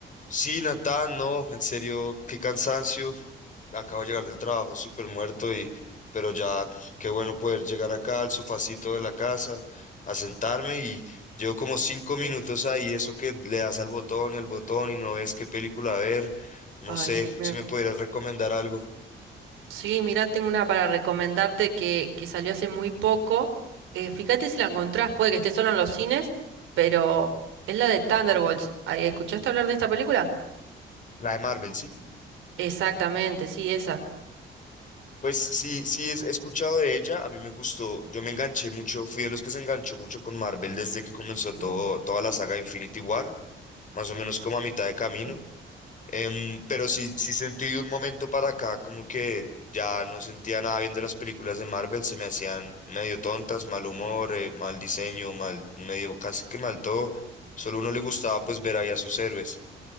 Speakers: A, on the left; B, on the right.
A: Sí, Natán, no, en serio, qué cansancio. Acabo de llegar del trabajo súper muerto y, pero ya, qué bueno poder llegar acá al sofacito de la casa, a sentarme y llevo como cinco minutos
B: Sí.
A: ahí, eso que le das al botón y al botón y no ves qué película ver. No
B: Ay,
A: sé
B: sí. me-
A: si me pudieras recomendar algo.
B: Sí, mira, tengo una para recomendarte que, que salió hace muy poco. Eh, fíjate si la encontrás, puede que esté solo en los cines, pero es la de Thunderbolts. Ay, ¿escuchaste hablar de esta película?
A: La de Marvel, ¿sí?
B: Exactamente, sí, esa.
A: Pues sí, sí, es- he escuchado de ella, a mí me gustó, yo me enganché mucho, fui de los que se enganchó mucho con Marvel desde que comenzó todo,
B: Ujú,
A: toda la saga de Infinity War, más o menos como a mitad de camino.
B: claro.
A: Em, pero sí, sí sentí de un momento para acá como que ya no sentía nada bien de las películas de Marvel, se me hacían medio tontas, mal humor, eh, mal diseño, mal, medio casi que mal todo. Solo uno le gustaba pues ver ahí a sus héroes.